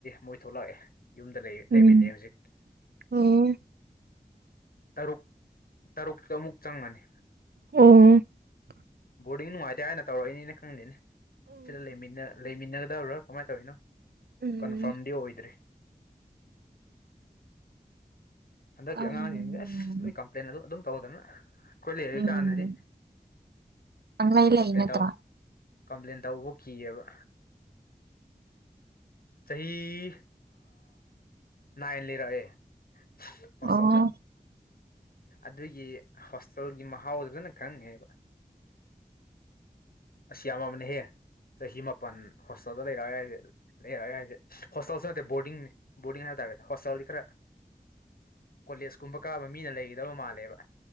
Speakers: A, on the left; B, on the right.
A: ꯃꯣꯏ ꯊꯣꯛꯂꯛꯑꯦ ꯌꯨꯝꯗ
B: ꯎꯝ
A: ꯂꯩꯃꯤꯟꯅꯩ ꯍꯧꯖꯤꯛ
B: ꯎꯝ
A: ꯇꯔꯨꯛ ꯇꯔꯨꯛꯇ ꯑꯃꯨꯛ ꯆꯪꯉꯅꯤ
B: ꯑꯣ
A: ꯕꯣꯔꯗꯤꯡ ꯅꯨꯡꯉꯥꯏꯇꯦ ꯍꯥꯏꯅ ꯇꯧꯔꯛꯏꯅꯤꯅ ꯈꯪꯗꯦꯅꯦ ꯁꯤꯗ ꯂꯩꯃꯤꯟꯅ ꯗꯕꯔꯥ ꯀꯃꯥꯏꯅ ꯇꯧꯔꯤꯤꯅꯣ
B: ꯎꯝ
A: ꯀꯟꯐꯥꯔꯝꯗꯤ ꯑꯣꯏꯗ꯭ꯔꯤ ꯍꯟꯗꯛꯀꯤ
B: ꯎꯝ
A: ꯑꯉꯥꯡꯁꯤꯡꯗꯤ
B: ꯎꯝ
A: ꯑꯁ ꯂꯣꯏ ꯀꯝꯄ꯭ꯂꯦꯟ ꯑꯗꯨ ꯑꯗꯨꯝ ꯇꯧꯗꯅ ꯑꯩꯈꯣꯏ ꯂꯩꯔ
B: ꯎꯝ
A: ꯀꯥꯟꯗꯗꯤ
B: ꯄꯪꯂꯩ ꯂꯩ
A: ꯀꯝꯄ꯭ꯂꯦꯟ
B: ꯅꯠꯇ꯭ꯔꯣ
A: ꯇꯧ ꯀꯝꯄ꯭ꯂꯦꯟ ꯇꯧꯕ ꯀꯤꯑꯕ ꯆꯍꯤ ꯆꯍꯤ ꯑ ꯏꯟ ꯂꯩꯔꯦ ꯍꯁꯥꯎꯗꯥ
B: ꯑꯣ
A: ꯑꯗꯨꯒꯤ ꯍꯣꯁꯇꯦꯜꯒꯤ ꯃꯍꯥꯎꯗꯣ ꯐꯖꯅ ꯈꯪꯉꯦꯕ ꯑꯁꯤ ꯌꯥꯝꯃꯕꯅꯦꯍꯦ ꯆꯍꯤ ꯃꯥꯄꯜ ꯍꯣꯁꯇꯦꯜꯗ ꯂꯩꯔꯛꯑ ꯌꯥꯏꯦ ꯂꯩꯔꯛꯑ ꯌꯥꯏꯗꯦ ꯍꯣꯁꯇꯦꯜꯁꯨ ꯅꯠꯇꯦ ꯕꯣꯔꯗꯤꯡꯅꯤ ꯕꯣꯔꯗꯤꯡ ꯍꯥꯏꯦ ꯦ ꯍꯁꯥꯎꯜꯗꯤ ꯀ꯭ꯔ
B: <unintelligible>
A: ꯀꯣꯂꯦꯖꯀꯨꯝꯕ ꯀꯥꯕ ꯃꯤꯅ ꯂꯩꯒꯗꯕ ꯃꯥꯜꯂꯦꯕ